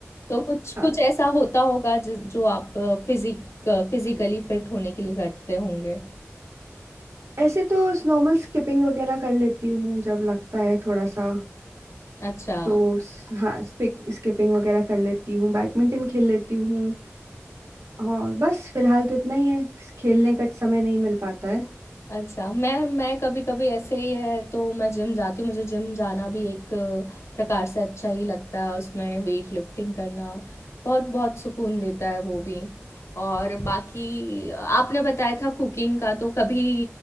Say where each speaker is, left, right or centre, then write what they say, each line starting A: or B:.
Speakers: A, on the left; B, on the right.
A: तो कुछ
B: हाँ
A: कुछ ऐसा होता होगा जि- जो आप फिजिक फिजिकली फिट होने के लिए करते होंगे
B: ऐसे तो नॉर्मल स्किपिंग वगैरह कर लेती हूँ जब लगता है थोड़ा सा
A: अच्छा
B: तो स- हाँ स्किपिंग वगैरह कर लेती हूँ बैडमिंटन खेल लेती हूँ और बस फिलहाल तो इतना ही है खेलने का समय नहीं मिल पाता है
A: अच्छा, मैं मैं कभी-कभी ऐसे ही है तो मैं जिम जाती हूँ, मुझे जिम जाना भी एक अ, प्रकार से अच्छा ही लगता है, उसमें वेट लिफ्टिंग करना बहुत-बहुत सुकून देता है वो भी। और बाकी आपने बताया था कुकिंग का तो कभी